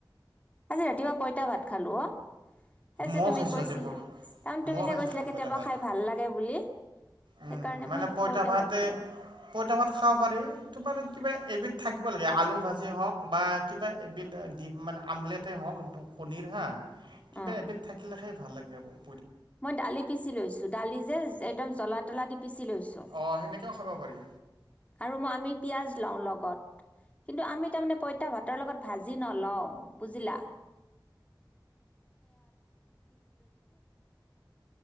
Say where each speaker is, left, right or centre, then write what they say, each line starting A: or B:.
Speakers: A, on the left (about 15°); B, on the right (about 80°).
A: আজি ৰাতিপুৱা পইতা ভাত খালো অ সেই যে
B: মই
A: তুমি
B: খাইছো
A: কৈছিলা
B: আজি প
A: তাৰমানে তুমি
B: মইও
A: যে
B: খাইছো
A: কৈছিলা
B: আজি
A: কেতিয়াবা
B: পইতা ভাত
A: খাই ভাল লাগে বুলি
B: উম
A: সেইকাৰণে
B: মানে
A: মই
B: পইতা ভাত
A: খালো
B: পইতা ভাত খাব পাৰি তোমাৰ কিবা এবিধ থাকিব লাগে আলু ভাজি হওক বা কিবা এবিধ দিম মানে আমলেটে হওক কণীৰ হা। কিবা
A: অ
B: এবিধ থাকিলে খাই ভাল লাগে আাবোৰ
A: মই দালি পিচি লৈছো দালি যে একদম জ্বলা তলা দি। পিচি লৈছো
B: অ সেনেকেও খাব পাৰি।
A: আৰু মই আমি পিয়াজ লওঁ লগত কিন্তু আমি তাৰমানে পঁইতা ভাতৰ লগত ভাজি নলও বুজিলা।